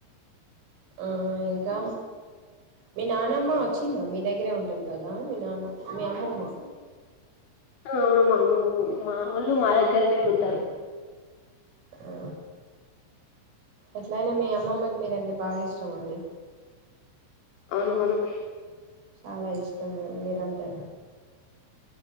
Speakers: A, on the right; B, on the left.
A: ఆ ఇంకా మీ నానమ్మ వచ్చిందా మీ దగ్గరే ఉంటది కదా మీ నాన్నమ్మ మీ అమ్మమ్మ
B: అవును మామూ మాముళ్ళు మా దగ్గరనే ఉంటారు
A: ఆ ఎట్లయినా మీ అమ్మమ్మకి మీరంటే బాగా ఇష్టం అండి
B: అవునువును
A: చాలా ఇష్టం మీరంటే